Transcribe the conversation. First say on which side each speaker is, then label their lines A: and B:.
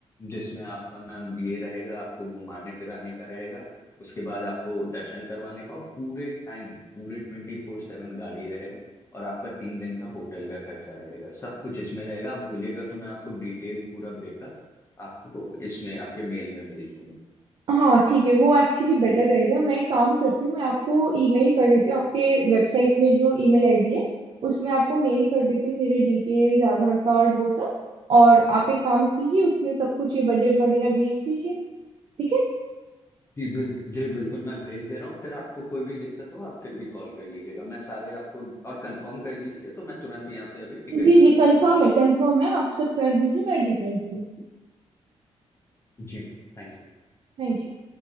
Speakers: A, on the left (about 25°); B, on the right (about 55°).
A: जिसमें आपका मैम ये रहेगा आपको घुमाने फिराने का रहेगा उसके बाद आपको दर्शन करवाने का और पूरे टाइम पूरे ट्वेंटी फोर सेवन गाड़ी रहेगा और आपका तीन दिन का होटल का खर्चा रहेगा सब कुछ इसमें रहेगा आप बोलिएगा तो मैं आपको डिटेल पूरा ब्रेकअप आपको इसमें आपके मेल में भेज दूंगा
B: हाँ ठीक है वो एक्चुअली बेटर रहेगा मैं एक काम करती हूँ मैं आपको ईमेल कर देती हूँ आपके वेबसाइट में जो ईमेल आईडी है उसमें आपको मेल कर देती हूँ मेरे डिटेल्स आधार कार्ड वो सब और आप एक काम कीजिए उसमें सब कुछ ये बजट वगैरह भेज दीजिए ठीक है
A: जी बिल्कुल जी बिल्कुल मैं भेज दे रहा हूँ फिर आपको कोई भी दिक्कत हो आप फिर भी कॉल कर लीजिएगा मैं सारे आपको और कंफर्म कर दीजिए तो मैं तुरंत यहाँ से अभी टिकट
B: जी
A: भी
B: जी
A: बुक
B: कंफर्म
A: कर दूंगा
B: है कंफर्म है आप सब कर दीजिए मैं डिटेल्स भेजती
A: जी मैम, थैंक यू
B: हूँ Thank you